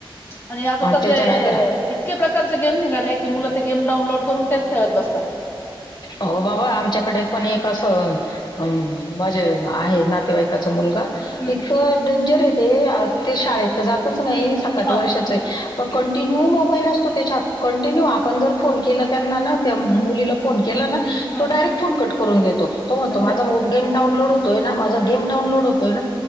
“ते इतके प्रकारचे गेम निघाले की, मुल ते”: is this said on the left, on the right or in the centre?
Left